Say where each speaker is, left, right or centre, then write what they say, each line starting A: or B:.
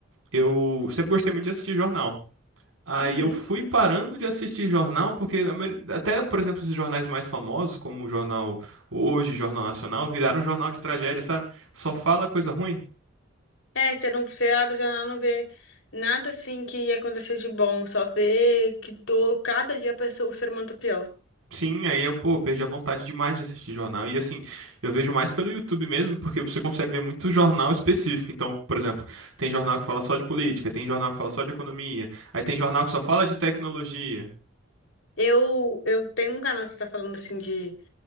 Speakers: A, on the right; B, on the left.
A: eu sempre gostei muito de assistir jornal. Aí
B: Uhum.
A: eu fui parando de assistir jornal, porque a maioria- até, por exemplo, esses jornais mais famosos, como o Jornal Hoje, Jornal Nacional, viraram jornal de tragédia, sabe? Só fala coisa ruim.
B: É, você não, você abre a janela não vê nada assim que aconteceu de bom, só vê que tô, cada dia a pessoa, o ser humano tá pior.
A: Sim, aí eu, pô, perdi a vontade demais de assistir jornal. E assim, eu vejo mais pelo YouTube mesmo, porque você consegue ver muito jornal específico. Então, por exemplo, tem jornal que fala só de política, tem jornal que fala só de economia, aí tem jornal que só fala de tecnologia.
B: Eu, eu tenho um canal que você tá falando assim de